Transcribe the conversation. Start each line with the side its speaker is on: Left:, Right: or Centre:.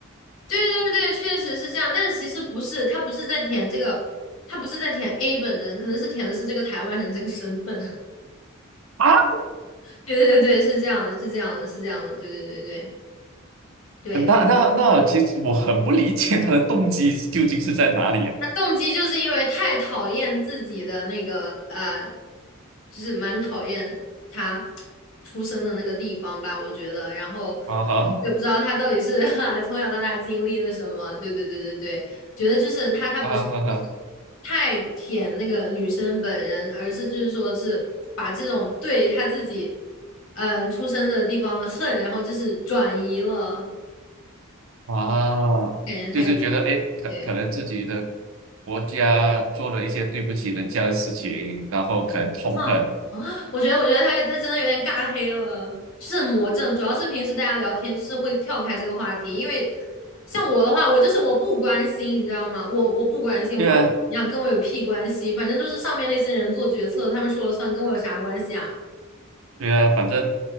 Left: 对对对，确实是这样，但是其实不是，他不是在舔这个，他不是在舔 A 本人，可能是舔的是这个台湾人这个身份。
Right: 哎啊，
Left: 对对对，是这样的，是这样的，是这样的，对对对对对。
Right: 那那那其实我很不理解他的动机究竟是在哪里
Left: 他动机就是因为太讨厌自己的那个呃，就是蛮讨厌他出生的那个地方吧，我觉得。然后
Right: 啊哈
Left: 我也不知道他到底是 <laughs> 从小到大经历了什么。对对对对对，觉得就是他他不是说是
Right: 啊哈哈
Left: 太舔那个女生本人，而是就是说是把这种对他自己嗯、出生的地方的恨，然后就是转移了，
Right: 啊，
Left: 感觉他有
Right: 就是觉得哎诶可可能自己的
Left: 点。对，
Right: 国家做了一些对不起人家的事情，然后可能痛恨，
Left: 哼，我觉得，我觉得他他真的有点尬黑了，就是魔怔。主要是平时大家聊天就是会跳开这个话题，因为像我的话，我就是我不关心，你知道吗？我我不关心，
Right: 对啊，
Left: 我管你想跟我有屁关系？反正都是上面那些人做决策，他们说了算，跟我有啥关系啊？
Right: 对啊，反正